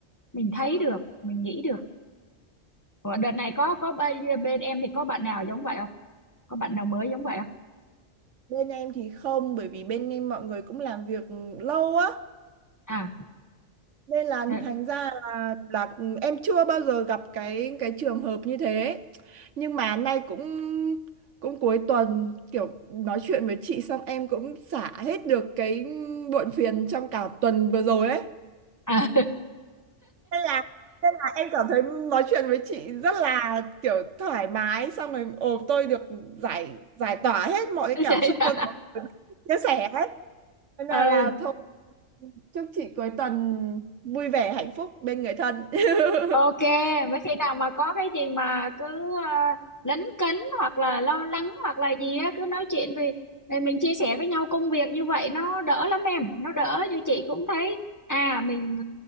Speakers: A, on the left (about 15°); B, on the right (about 80°).
A: mình thấy
B: quá.
A: được mình nghĩ được Ủa, đợt này có có bên, bên em thì có bạn nào giống vậy không có bạn nào mới giống vậy không
B: bên em thì không bởi vì bên em mọi người cũng làm việc lâu á
A: à
B: nên là
A: ờ,
B: thành ra là là em chưa bao giờ gặp cái cái trường hợp như thế nhưng mà nay cũng cũng cuối tuần kiểu nói chuyện với chị xong em cũng xả hết được cái muộn phiền trong cả tuần vừa rồi ấy
A: à
B: nên là nên là em cảm thấy nói chuyện với chị rất là kiểu thoải mái xong rồi ồ tôi được giải giải tỏa hết mọi cái
A: <laughs>
B: cảm
A: đấy
B: xúc
A: đó
B: tôi có chia sẻ hết nên là,
A: ừ
B: là thôi chúc chị cuối tuần vui vẻ hạnh phúc bên người thân <laughs>
A: Ok, mấy khi nào mà có cái gì mà cứ uh, lấn cấn hoặc là lo lắng hoặc là gì á cứ nói chuyện vì vì mình chia sẻ với nhau công việc như vậy nó đỡ lắm em, nó đỡ như chị cũng thấy à mình